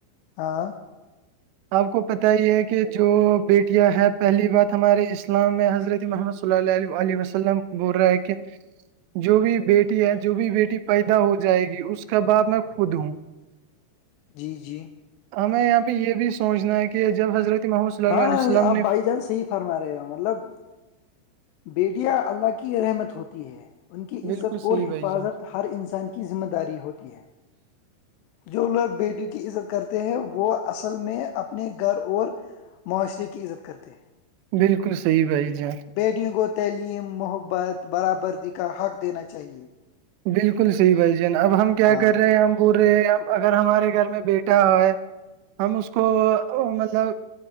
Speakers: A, on the left (about 80°); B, on the right (about 85°).
A: ہاں
B: آپ کو پت ہی ہے کہ جو بیٹیاں ہے پہلی بات ہمارے اسلام میں حضرت محمد صلی اللہ عل علیہ وسللم بول رہا کہ جو بھی بیٹی ہے جو بھی بیٹی پیدا ہو جائے گی اس کے بعد میں خود ہوں
A: جی جی
B: ہمیں یہاں پہ یہ بھی سوچنا ہے کہ جب حضرت محمد صلی اللہ
A: ہاں
B: علیہ وسللم
A: آپ
B: نے
A: بھائی جان صحیح فرما رہے ہو مطلب بیٹیا اللہ کی رحمت ہوتی ہے ان کی
B: بالکل
A: عزت
B: صحیح
A: اور
B: بھائی
A: حفاظت
B: جان
A: تو ہر انسان کی ذمہ داری ہوتی ہے جو لوگ بیٹی کی عزت کرتے ہیں وہ اصل میں اپنے گھر اور معاشرے کی عزت کرتے ہیں
B: بالکل صی بھائی ج
A: بیٹیوں کو تعلیم محبت برابردی کا حق دینا چاہیے
B: بالکل صحیح بھ جان اب ہم کیا
A: ہاں
B: کر رہے ہیں ہم پورے اگر ہمارے گھر میں بیٹا ہے ہم اس کو مطلب